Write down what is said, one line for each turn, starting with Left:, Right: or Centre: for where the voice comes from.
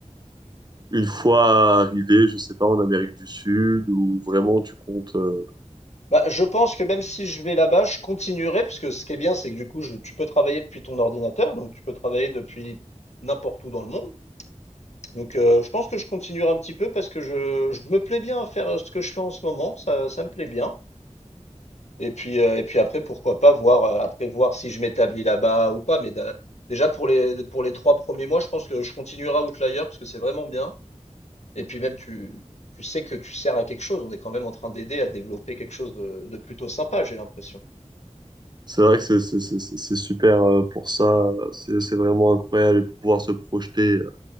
Right: une fois arrivé, je sais pas, en Amérique du Sud, ou vraiment tu comptes. euh,
Left: Bah, je pense que même si je vais là-bas, je continuerai parce que ce qui est bien, c'est que du coup, je tu peux travailler depuis ton ordinateur, donc tu peux travailler depuis n'importe où dans le monde. Donc, euh, je pense que je continuerai un petit peu parce que je, je me plais bien à faire euh, ce que je fais en ce moment, ça, ça me plaît bien. Et puis, euh, et puis après, pourquoi pas voir, euh, après voir si je m'établis là-bas ou pas. Mais d'a- déjà pour les, pour les trois premiers mois, je pense que je continuerai à Outlier parce que c'est vraiment bien. Et puis même, tu, tu sais que tu sers à quelque chose. On est quand même en train d'aider à développer quelque chose de, de plutôt sympa, j'ai l'impression.
Right: c'est vrai que c'est c'est- c'est- c'est- c'est super euh, pour ça, c'est c'est vraiment incroyable et pour pouvoir se projeter, euh,